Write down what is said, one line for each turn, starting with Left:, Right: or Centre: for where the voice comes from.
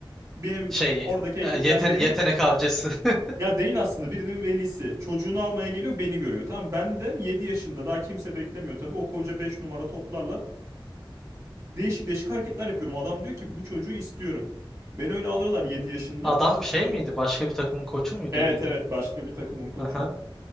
Right: benim
Centre: Şey
Right: oradaki ekipten
Centre: e, yeten-
Right: birinin
Centre: yetenek avcısı. <laughs>
Right: Ya değil aslında birinin velisi. Çocuğunu almaya geliyor beni görüyor. Tamam ben de 7 yaşında daha kimse beklemiyor tabii. O koca 5 numara toplarla değişik değişik hareketler yapıyorum. Adam diyor ki bu çocuğu istiyorum. Beni öyle alıyorlar 7 yaşında.
Centre: Adam şey miydi? Başka bir takımın koçu muydu
Right: Evet
Centre: dediydin?
Right: evet başka bir takımın koçu.
Centre: Aha.